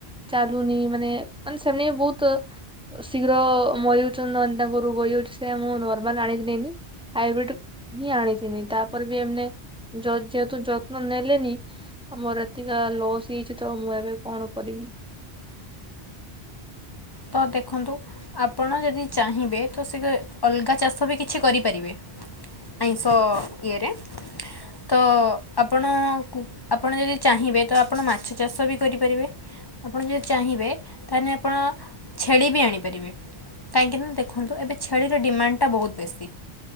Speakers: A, in the centre; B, on the left (about 35°).
A: ଚାଲୁନି ମାନେ ମାନେ ସେମାନେ ବହୁତ ଶୀଘ୍ର ମରିଯାଉଚନ୍ତି ନହେନେ ତାଙ୍କୁ ରୁଗ ହେଇ <unintelligible> ସେ ମୁଁ ନର୍ମାଲ ଆଣିଲି ଦିଏନି ହାଇବ୍ରିଡ ହିଁ ଆଣିଥିନି ତାପରେ ବି ଏମାନେ ଯ ଯେହେତୁ ଯତ୍ନ ନେଲେନି ଆମର ଏତିକା ତା ଲସ୍ ହେଇଛି ତ ମୁଁ ଏବେ କଣ କରିବି।
B: ତ ଦେଖନ୍ତୁ ଆପଣ ଯଦି ଚାହିଁବେ ତ ସେ ଅଲଗା ଚାଷ ବି କିଛି କରିପାରିବେ। ଆଇଁଷ ଇଏରେ ତ ଆବ୍ ଆପଣ କୁ ଆପଣ ଯଦି ଚାହିଁବେ ତ ଆପଣ ମାଛ ଚାଷ ବି କରିପାରିବେ। ଆପଣ ଯଦି ଚାହିଁବେ ତାହାନେ‌ ଆପଣ ଛେଳି ବି ଆଣିପାରିବେ। କାହିଁକି ନା ଦେଖନ୍ତୁ ଏବେ ଛେଳିର ଡିମାଣ୍ଡ ଟା ବହୁତ ବେଶୀ।